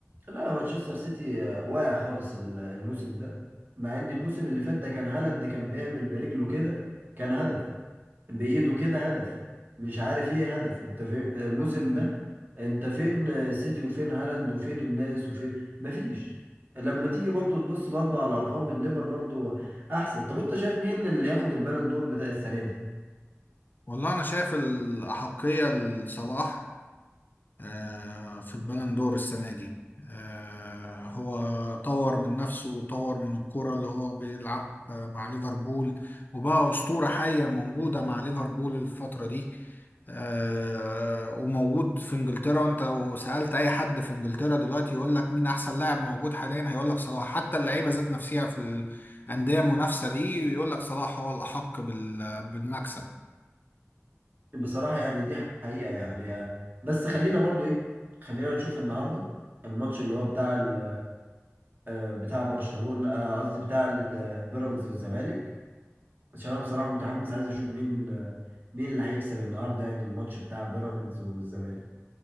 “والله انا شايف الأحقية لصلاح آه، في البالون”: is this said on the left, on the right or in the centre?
Left